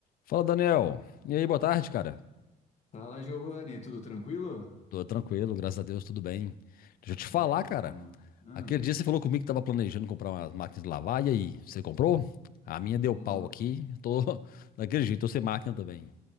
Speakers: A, on the left; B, on the left.
A: Fala, Daniel. E aí, boa tarde, cara.
B: Fala, Giovanni, tudo tranquilo?
A: Tô tranquilo, graças a Deus, tudo bem. Deixa eu te
B: Que
A: falar,
B: bom.
A: cara.
B: Ah,
A: Aquele dia você falou comigo que tava planejando comprar umas máquinas de lavar, e aí, você comprou? A minha deu
B: no-
A: pau aqui, tô <laughs> daquele jeito, tô sem máquina também.